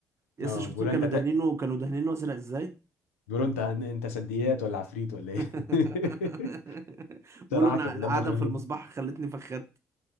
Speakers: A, on the right (about 40°); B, on the left (about 85°).
A: يا
B: اه
A: اسطى شفتوا
B: بيقولوا
A: كانوا
B: انت ت...
A: دهنينه كانوا دهنينه ازرق ازاي
B: بيقولوا انت انت سديات ولا عفريت ولا ايه
A: <laughs>
B: <laughs>
A: بقولوا
B: بصراحه
A: انا
B: كان
A: القعدة
B: دمه خفيف
A: في
B: جدا
A: المصباح خلتني فخدت